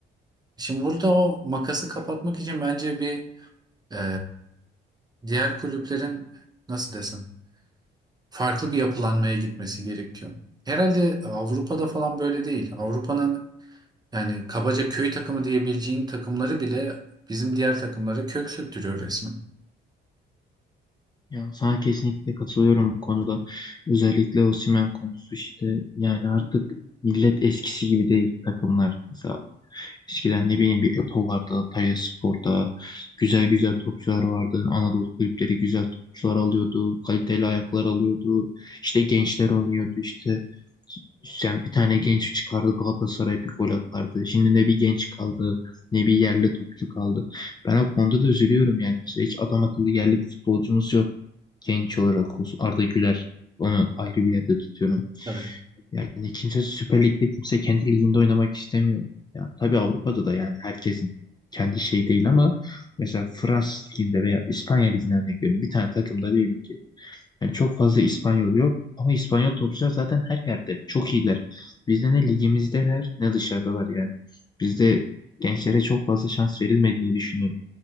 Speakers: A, on the right (about 20°); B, on the left (about 20°).
A: Şimdi burada o makası kapatmak için bence bir e, diğer kulüplerin nasıl desem farklı bir yapılanmaya gitmesi gerekiyor. Herhalde Avrupa'da falan böyle değil. Avrupa'nın Yani kabaca köy takımı diyebileceğin takımları bile bizim diğer takımlara kök söktürüyor resmen.
B: Ya sana kesinlikle katılıyorum bu konuda. Özellikle Osimhen konusu işte yani artık millet eskisi gibi değil takımlar. Mesela Eskiden ne bileyim bir Eto vardı, Talyaspor'da güzel
A: Hmm,
B: güzel topçular vardı. Anadolu kulüpleri güzel topçular alıyordu, kaliteli ayaklar alıyordu. İşte gençler oynuyordu işte. Sen bir tane genç çıkardı Galatasaray bir gol atardı. Şimdi ne bir genç kaldı ne bir yerli topçu kaldı. Ben o konuda da üzülüyorum yani. Mesela hiç adam akıllı yerli bir futbolcumuz yok. Genç olarak olsun. Arda Güler onu ayrı bir yerde tutuyorum.
A: Tabii.
B: Yani kimse Süper Lig'de kimse kendi liginde oynamak istemiyor. Ya tabii Avrupa'da da yani herkesin kendi şeyi değil ama mesela Fransız liginde veya İspanya liginde örnek veriyorum. Bir tane takımda diyelim ki yani çok fazla İspanyol yok ama İspanyol topçular zaten her yerde çok iyiler. Bizde ne ligimizdeler ne dışarıdalar yani. Bizde gençlere çok fazla şans verilmediğini düşünüyorum.